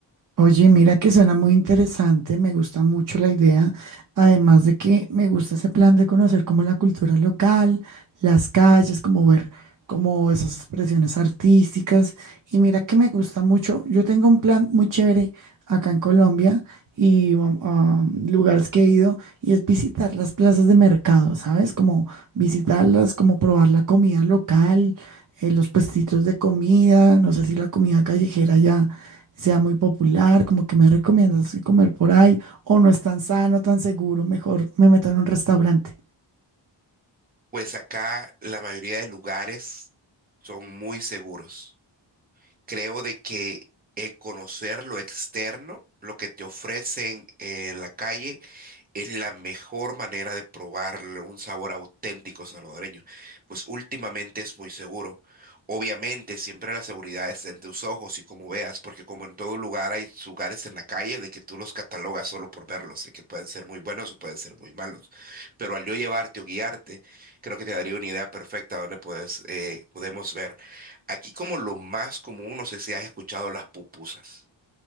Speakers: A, on the right; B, on the right.
A: Oye, mira que suena muy interesante, me gusta mucho la idea, además de que me gusta ese plan de conocer como la cultura local, las calles, como ver como esas expresiones artísticas. Y mira que me gusta mucho, yo tengo un plan muy chévere acá en Colombia y um, a lugares que he ido y es visitar las plazas de mercado, ¿sabes? Como visitarlas, como probar la comida local, eh, los puestitos de comida, no sé si la comida callejera ya sea muy popular, como que me recomiendas que comer por ahí, o no es tan sano, tan seguro, mejor me meto en un restaurante.
B: Pues acá la mayoría de lugares son muy seguros. Creo de que el conocer lo externo, lo que te ofrecen en la calle, Es la mejor manera de probar un sabor auténtico salvadoreño, pues últimamente es muy seguro. Obviamente, siempre la seguridad está en tus ojos y como veas, porque como en todo lugar hay lugares en la calle de que tú los catalogas solo por verlos, de que pueden ser muy buenos o pueden ser muy malos. Pero al yo llevarte o guiarte, creo que te daría una idea perfecta donde puedes, eh, podemos ver. Aquí como lo más común, no sé si has escuchado las pupusas.